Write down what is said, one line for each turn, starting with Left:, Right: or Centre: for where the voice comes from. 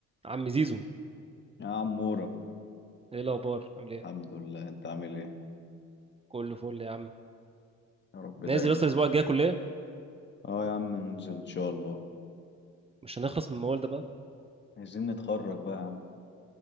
Right: عم زيزو
Left: يا عمورة
Right: ايه الاخبار عامل ايه
Left: الحمد لله انت عامل ايه
Right: كله فل يا عم
Left: يا رب دايما
Right: نازل اصلا الاسبوع الجاي كليه
Left: اه يا عم ننزل ان شاء الله
Right: مش هنخلص من الموال ده بقى
Left: عايزين نتخرج بقى يا عم